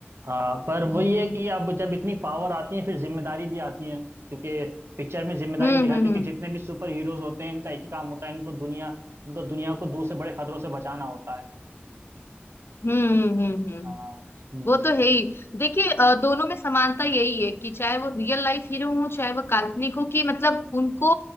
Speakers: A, on the right (about 80°); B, on the left (about 70°).
A: हाँ पर वही
B: हम्म
A: है कि अब जब इतनी पावर आती है फिर जिम्मेदारी भी आती है क्योंकि पिक्चर में जिम्मेदारी
B: हम्म
A: भी दिखाई
B: हम्म
A: है, क्योंकि
B: हम्म
A: जितने भी सुपर हीरोज होते हैं इनका एक ही काम होता है इनको दुनिया इनको दुनिया को दूर से बड़े खतरों से बचाना होता है
B: हम्म हम्म हम्म हम्म।
A: हाँ हम्म
B: वो तो है ही देखिए अ, दोनों में समानता यही है कि चाहे वो रियल लाइफ हीरो हो चाहे वो काल्पनिक हो कि मतलब उनको